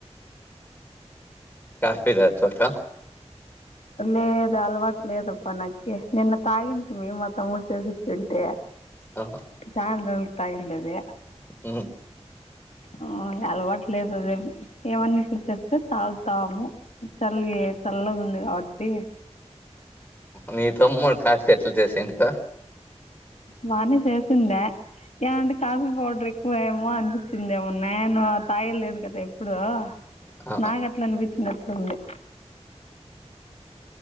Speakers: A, on the left; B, on the left.
A: కాఫీ తాగితక్క
B: లేదు అలవాట్ లేదప్పా నాకి నిన్న తాగి ఉంటుమీ మా తమ్ముడు చేసిచుంటి
A: ఓ
B: చాన్ రోజులకి తగుండేది
A: ఆ
B: ఆ అలవాటులేదు అదేమి ఏవన్నీ ఇప్పుడు చేస్తే తాగుతాము చల్లి చల్లగా ఉంది కాబట్టి
A: మీ తమ్ముూడు కాఫీ ఎట్ల చేసిండు
B: మార్నింగ్ చేసిందా ఏ అంటే కాఫీ పౌడర్ ఎక్కువ ఏమో అనిపించిందేమో నేను తాయి లేదు కదా ఎప్పుడు
A: ఆ
B: నా గట్లు అనిపించిన అట్లు ఉంది